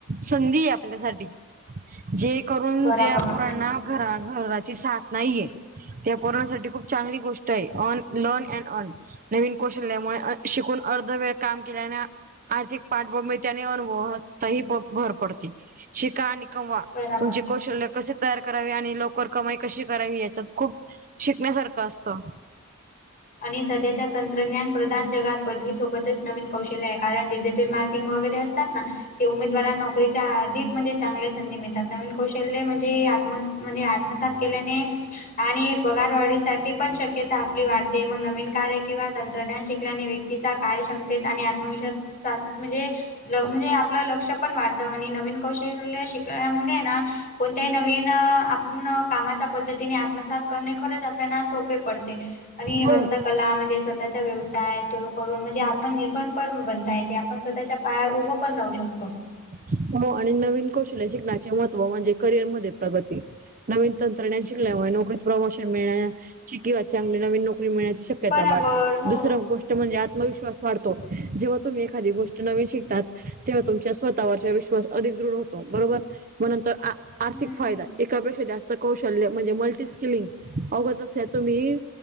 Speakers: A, on the right; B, on the left.
A: संधी आहे आपल्यासाठी जे करून
B: बराबर,
A: जे पुरांना घरा घराची साथ नाहीये त्या पुरवण्यासाठी खूप चांगली गोष्ट आहे अन लर्न अनड अन नवीन कौशल्यामुळे अर्धवेळ काम केल्याने आर्थिक पारठबवूमीतीने अनुभवतही भर पडते शिका आणि कमवा
B: बराबर.
A: तुमचे कौशल्य कसे तयार करावी आणि लवकर कमाई कशी करावी याच्या खूप शिकण्यासारखं असतं
B: आणि सध्याच्या तंत्रज्ञान प्रधान जगात पदवी सोबतच नवीन कौशल्य आहे कारण डिजिटल मार्क ंग वगैरे असतात ना ते उमेदवारा नोकरीच्या अधिक म्हणजे चांगले संधी मिळतात नवीन कौशल्य म्हणजे आत्म म्हणजे आत्मसात केल्याने आणि पगार वाढणीसाठी पण शक्यता आपली वाढती ते मग नवीन कार्य किंवा तंत्रज्ञान शिकल्याने व्यक्तीचा कार्यक्ष्मतेत आणि आत्मविश्वास म्हणजे म्हणजे आपलं लक्ष पण वाढत आणि नवीन कौश शिकमुळे कोणत्याही नवीन पण कामाच्या पद्धतीने आत्मसात करणे खरंच आपल्याना सोपे पडते आणि
A: हो
B: हस्तकला म्हणजे स्वतःचा व्यवसाय सुरू करून म्हणजे आत्मनिर्भर पण बनता येते आपण स्वतःच्या पायार उभं पण राहू शकतो
A: हो आणि नवीन कौशल्य शिकण्याचे महत्त्व म्हणजे करिअरमध्येध्ये प्रगती नवीन तंत्रज्ञान शिकल्यामुळे नोकरीत प्रमोशन मिळण्याची किंवा चांगली नवीन नोकरी मिळण्याची शक
B: बराबर
A: श्य वाढते
B: हो.
A: दुसर गोष्ट म्हणजे आत्मविश्वास वाढतो जेव्हा तुम्ही एखादी गोष्ट नवीन शिकताात तेव्हा तुमच्या स्वतःवरचा विश्वास अधिक दृढ होतो बरोबर मग नंतर आर्थिक
B: हं.
A: फायदा आहे एकापेक्षा जास्त कौशल्य म्हणजे मल्टीस्किलिंग अवगत असल्या तुम्ही